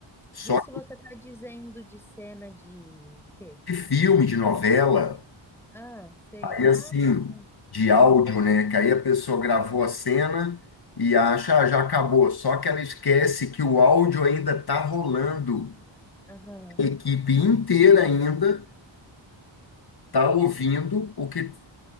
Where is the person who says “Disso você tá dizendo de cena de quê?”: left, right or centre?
Centre